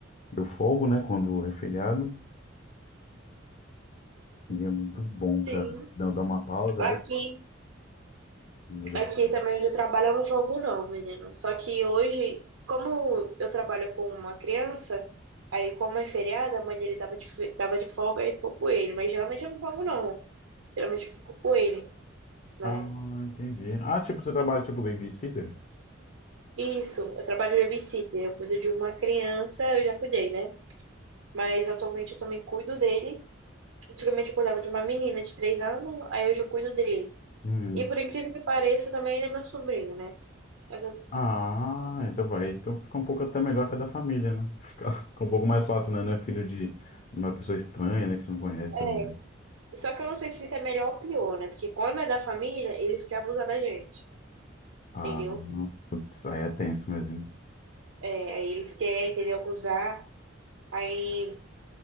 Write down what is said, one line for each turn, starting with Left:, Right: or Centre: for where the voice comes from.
Left: eu folgo, né, quando é feriado. E é muito bom, cara.
Right: sim.
Left: Dá, dá uma pausa.
Right: Aqui,
Left: Eu... no meio da
Right: aqui
Left: semana.
Right: também onde eu trabalho, eu não jogo não, menino. Só que hoje, como eu trabalho com uma criança, aí como é feriado, a mãe dele tava de, fe- tava de folga e ficou com ele. Mas geralmente eu não jogo não. Geralmente eu fico com ele, né?
Left: Ah, entendi. Ah, tipo, você trabalha tipo babysitter?
Right: Isso, eu trabalho de babysitter. Eu cuido de uma criança, eu já cuidei, né? Mas atualmente eu também cuido dele. Antigamente eu cuidava de uma menina de três anos, aí hoje eu cuido dele.
Left: Uhum.
Right: E por incrível que pareça, também ele é meu sobrinho, né? Mas eu-
Left: Ah, então vai. Então fica um pouco até melhor que a da família, né? <laughs> Fica, fica um pouco mais fácil, né? Não é filho de uma pessoa estranha, né? Que você não conhece
Right: é,
Left: também.
Right: só que eu não sei se fica melhor ou pior, né? Porque quando é da família, eles querem abusar da gente,
Left: Ah,
Right: entendeu?
Left: putz, aí é tenso mesmo. hein?
Right: É, aí eles querem, entendeu? Abusar. Aí.